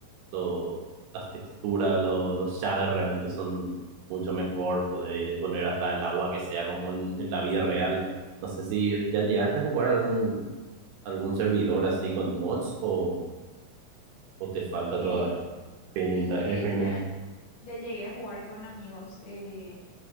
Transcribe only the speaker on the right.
lo- las texturas, lo- los shaders realmente son mucho mejor. Podés poner hasta el agua que sea como en, en la vida real. No sé si ya llegaste a jugar algún, algún servidor así con mods o, o te falta
todavía experimenta-
experimentar.